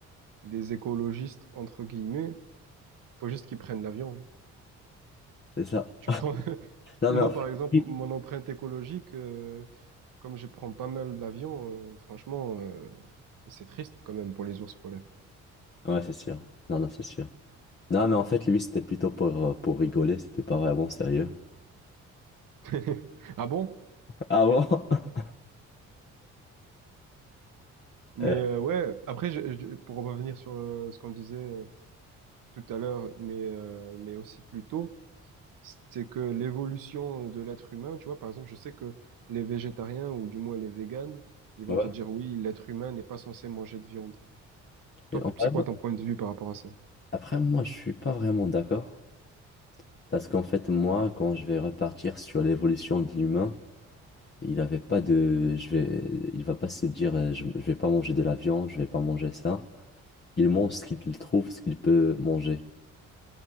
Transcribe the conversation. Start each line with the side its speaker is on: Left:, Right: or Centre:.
Right: des écologistes, entre guillemets, faut juste qu'ils prennent l'avion.
Left: C'est ça.
Right: Tu prends, <laughs>
Left: Non
Right: moi
Left: mais en fait...
Right: par exemple, mon empreinte écologique, euh, comme je prends pas mal d'avions, euh, franchement, euh, c'est triste quand même pour les ours polaires.
Left: Ouais, c'est sûr. Non, non, c'est sûr. Non mais en fait, lui, c'était plutôt pour, euh, pour rigoler, c'était pas vraiment sérieux.
Right: <laughs> Ah bon?
Left: Ah bon? <laughs>
Right: Mais
Left: Euh,
Right: euh, ouais, après, je- je- pour revenir sur euh, ce qu'on disait euh, tout à l'heure, mais, euh, mais aussi plus tôt, c'est que l'évolution de l'être humain, tu vois, par exemple, je sais que les végétariens, ou du moins les véganes, ils vont
Left: ouais.
Right: te dire, oui, l'être humain n'est pas censé manger de viande. Toi,
Left: Et en
Right: c'est
Left: vrai,
Right: quoi ton point de vue par rapport à ça?
Left: après, moi, je suis pas vraiment d'accord. Parce qu'en fait, moi, quand je vais repartir sur l'évolution de l'humain, il avait pas de... Je vais... Il va pas se dire, euh, je... je vais pas manger de la viande, je vais pas manger ça. Il mange ce qu'il trouve, ce qu'il peut manger.